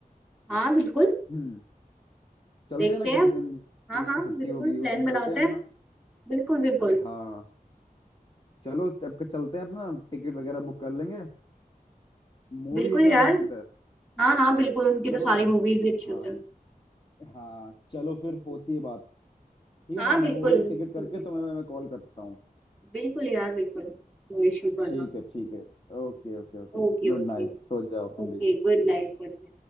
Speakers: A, in the centre; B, on the left (about 30°).
A: हाँ बिल्कुल
B: हम्म चलते
A: देखते
B: हैं ना
A: हैं
B: किसी दिन जिस
A: हाँ
B: दिन
A: हाँ
B: छुट्टी
A: बिल्कुल
B: होगी उस
A: प्लान
B: दिन
A: बनाते
B: चलते हैं
A: हैं
B: अपना
A: बिल्कुल बिल्कुल
B: हाँ चलो तब के चलते हैं अपना टिकट वगैरह बुक कर लेंगे मूवी
A: बिल्कुल
B: एकदम
A: यार
B: मस्त है
A: हाँ हाँ बिल्कुल उनकी
B: चलो
A: तो सारी मूवीज अच्छी
B: हाँ
A: होती हैं
B: हाँ चलो फिर होती है बात ठीक
A: हाँ
B: है मैं
A: बिल्कुल
B: मूवी का टिकट करके
A: ठीक है
B: तुम्हें मैं, मैं कॉल करता हूँ
A: बिल्कुल यार बिल्कुल नो इश्यू करना
B: ठीक है ठीक है Okay okay okay
A: Okay
B: good
A: okay
B: night सो जाओ तुम
A: Okay
B: भी
A: good night good